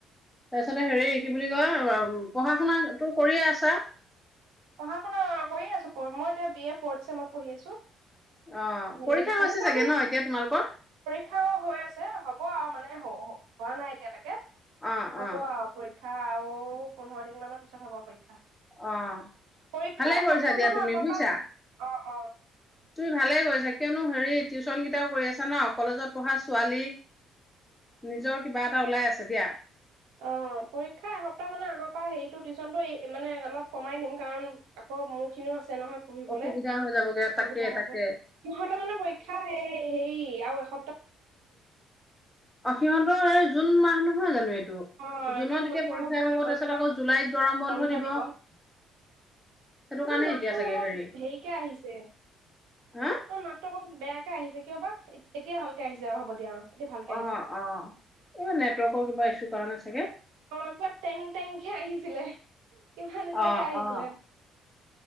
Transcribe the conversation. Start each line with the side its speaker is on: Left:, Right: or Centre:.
Centre: তাৰপিছতে হেৰি কি বুলি কয় পঢ়া শুনা টো কৰিয়ে আছা
Right: পঢ়া শুনা কৰিয়ে আছো মই বি এ ফৰথ চেমত পঢ়ি আছো
Centre: অ
Right: উ
Centre: পৰীক্ষা হৈছে
Right: সেইটো কাৰণে
Centre: চাগে ন এতিয়া তোমালোকৰ
Right: পৰীক্ষাও হৈ আছে হ'ব আৰু মানে হোৱা নাই এতিয়ালৈকে
Centre: অ
Right: হ'ব
Centre: অ
Right: আৱ পৰীক্ষা পৰীক্ষা আৰু পোন্ধৰ দিন মানৰ পিছত হ'ব পৰীক্ষা
Centre: অ
Right: পৰীক্ষা
Centre: ভালে
Right: এসপ্তাহ
Centre: কৰিছা দিয়া
Right: মানৰ
Centre: তুমি
Right: আগৰ
Centre: বুজিছা
Right: পৰা অ অ
Centre: তুমি ভালে কৰিছা কিয়নো হেৰি টিউচন কেইটাও কৰি আছা ন কলেজত পঢ়া ছোৱালী নিজৰ কিবা এটা ওলাই আছে দিয়া
Right: অ পৰীক্ষা এসপ্তাহ মানৰ আগৰ পৰা হেৰিটো টিউচনটো মানে অলপ কমাই নিম কাৰণ আকৌ মোৰ খিনিও আ আছে নহয় পঢ়িবলৈ
Centre: অসুবিধা হৈ যাবগে
Right: অসুবিধা
Centre: তাকে
Right: হ'ব
Centre: তাকে
Right: সিহঁতৰ মানে পৰীক্ষা হে হেৰী কি এখ
Centre: অসীমত স জুন মাহ নহ নহ জানো এইটো
Right: অ
Centre: জুনত
Right: এতিয়া পৰীক্ষা হ'বই
Centre: হ'ব তাৰপিছত
Right: হৈ পেলাই
Centre: আকৌ জুলাইত গৰম
Right: বন্ধ দিব
Centre: সেইটো
Right: তোমাৰ
Centre: কাৰণে
Right: মাতটো
Centre: এতিয়া চাগে
Right: অলপ
Centre: হেৰি
Right: হেৰিকে আহিছে
Centre: হা
Right: তোমাৰ মাতটো অকণ বেয়াকে আহিছে কিয় বা এতিয়া ভালকে আহিছে অ হব দিয়া অ এতিয়া ভালকে আহিছে
Centre: অ অ এইবাৰ নেটৱৰ্কৰ কিবা ইচু দ কাৰণে ছাগে
Right: অ কিবা টেং টেংহে আহিছিলে কিবা নিচিনাকে
Centre: অ
Right: আহিছিলে
Centre: অ